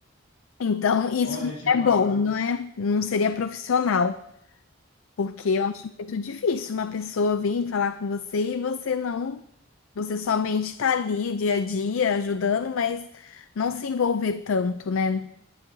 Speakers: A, on the left; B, on the left.
A: Então, isso
B: Olha,
A: não
B: te
A: é
B: falar,
A: bom, não é? Não seria profissional, porque eu acho muito difícil uma pessoa vir falar com você e você não, você somente tá ali dia a dia ajudando, mas não se envolver tanto, né?